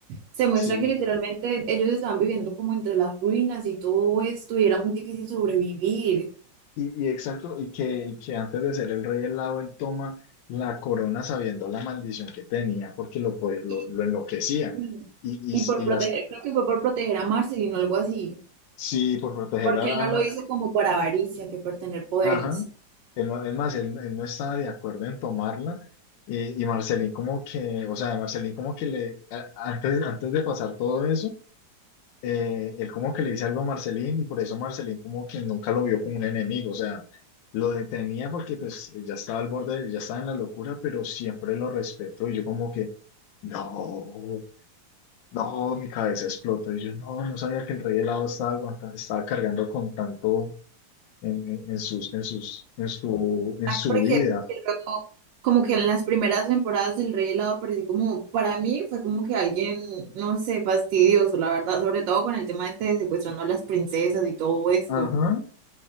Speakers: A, on the right; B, on the left.
A: Se muestra
B: Sí,
A: que literalmente ellos estaban viviendo como entre las ruinas y todo esto, y era muy difícil sobrevivir.
B: Y, y exacto, y que, y que antes de ser el rey helado, él toma la corona sabiendo la maldición que tenía, porque lo, po- lo,
A: Y,
B: lo enloquecía.
A: y
B: Y, y,
A: y por
B: y
A: proteger,
B: las,
A: creo que fue por proteger a Marceline o algo así,
B: sí, por protegerla,
A: porque él no lo hizo como por avaricia, que por tener poderes.
B: ajá. Él no- es más, él, él no estaba de acuerdo en tomarla. Y, y Marcelín como que, o sea, Marcelín como que le, a- antes, antes de pasar todo eso, eh, él como que le dice algo a Marcelín y por eso Marcelín como que nunca lo vio como un enemigo, o sea, lo detenía porque pues ya estaba al borde, ya estaba en la locura, pero siempre lo respetó y yo como que, no, no, mi cabeza explotó y yo no, no sabía que el rey helado estaba aguantando, estaba cargando con tanto en, en, en sus, en sus, en su, en
A: Ah,
B: su
A: Porque,
B: vida.
A: porque luego, como que en las primeras temporadas del Rey Helado pareció como, para mí fue como que alguien, no sé, fastidioso, la verdad, sobre todo con el tema este de secuestrando a las princesas y todo esto.
B: Ajá.